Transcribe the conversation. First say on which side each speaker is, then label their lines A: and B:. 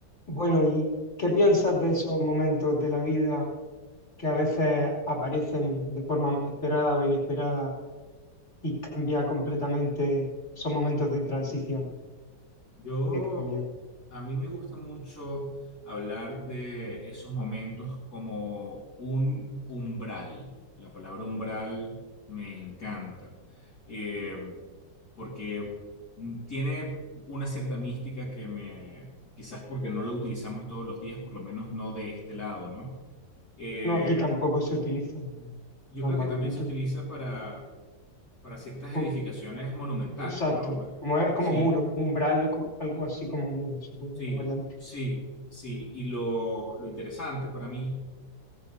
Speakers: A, on the left; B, on the left.
A: Bueno, ¿y qué piensas de esos momentos de la vida que a veces aparecen de forma más esperada o inesperada y cambia completamente? Son momentos de transición
B: Yo,
A: y de cambio.
B: a mí me gusta mucho hablar de esos momentos como un umbral. La palabra umbral me encanta, eh, porque tiene una cierta mística que me, quizás porque no la utilizamos todos los días, por lo menos no de este lado, ¿no? Eh,
A: No, aquí tampoco se utiliza
B: yo
A: normalmente.
B: creo que también se utiliza para, para ciertas
A: Com-
B: edificaciones monumentales,
A: Exacto,
B: ¿no?
A: como es como
B: Sí.
A: muro, umbral, es co- algo así como muro, se puede
B: Sí,
A: una variante
B: sí, sí. Y lo, lo interesante para mí